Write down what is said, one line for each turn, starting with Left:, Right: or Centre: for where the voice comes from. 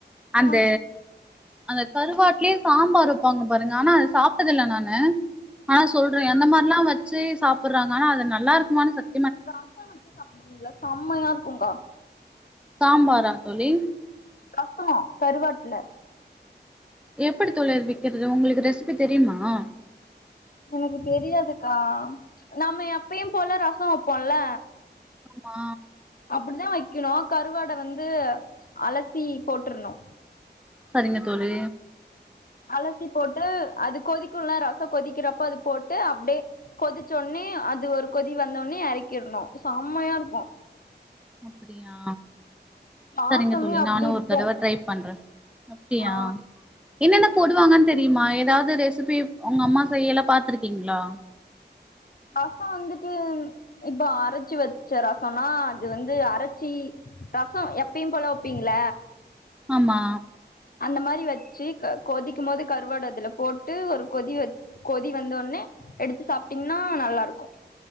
Centre: அந்த
Left: ஆ
Centre: அந்த கருவாட்லயே சாம்பார் வப்பாங்க பாருங்க ஆனா அது சாப்டதுல்ல நானு ஆ சொல்றே அந்த மாரில்லா வச் <unintelligible> சாப்றாங்க ஆனா அது நல்லா இருக்குமானு சத்
Left: <unintelligible> ங்களா செம்மையா இருக்குங்க்கா
Centre: சாம்பாரா தோழி
Left: கஷ்டமா கருவாட்டுல
Centre: எப்படி தோழி அது வக்கிறது உங்களுக்கு ரெசிபி தெரியுமா
Left: எனக்கு தெரியாதுக்கா நம்ம எப்பயு போல ரச வப் போண்ல
Centre: ஆமா
Left: அப்படிதா வைக் க்கணு கருவாட வந்து அலசி போட்டுருணு
Centre: சரிங்க தோழி
Left: அலசி போட்டு அது கொதிக்குல ரச கொதிக்கிறப்ப அது போட்டு அப்டியே கொதிச்சோனயே அது ஒரு கொதி வந்தோடனயே எறக்கிறணு செம்மையா இருக்கு
Centre: அப்டியா
Left: வாசமே
Centre: சரிங்க தோழி
Left: அப்டி
Centre: நானு
Left: இருக்கு
Centre: ஒரு தடவ ட்ரை பண்றே அப்டியா
Left: ஆ
Centre: என்னன்ன போடுவாங்கன் தெரியுமா ஏதாவது ரெசிபி உங்க அம்மா செய்யல பாத்துருக்கீங்களா
Left: ரச வந்துட்டு இப்போ அரைச்சு வச்ச ரசம்னா அது வந்து அரைச்சி ரச எப்பயு போல வைப்பீங்கள
Centre: ஆமா
Left: அந்த மாரி வச்சு க கொதிக்கும் போது கருவாடு அதுல போட்டு ஒரு கொதி வச் கொதி வந்த ஒனே எடுத்து சாப்பிட்டீங்கன்னா நல்லா இருக்கு